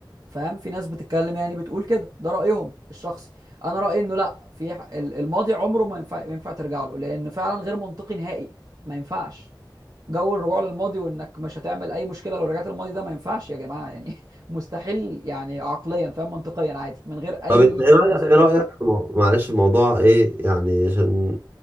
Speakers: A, on the right; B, on the right.
A: فاهم في ناس بتتكلم يعني بتقول كده ده رايهم الشخصي انا رايي انه لا في ح- ال- الماضي عمره ما ينفع ما ينفع ترجع له لانه فعلا غير منطقي نهائي ما ينفعش جو الرجوع للماضي وانك مش هتعمل اي مشكله لو رجعت للماضي ده ما ينفعش يا جماعه يعني <laughs> مستحيل يعني عقليا فاهم منطقيا عادي من غير اي
B: طب انت ايه رايك
A: نظريات
B: ايه رايك في المو- معلش الموضوع ايه يعني عشان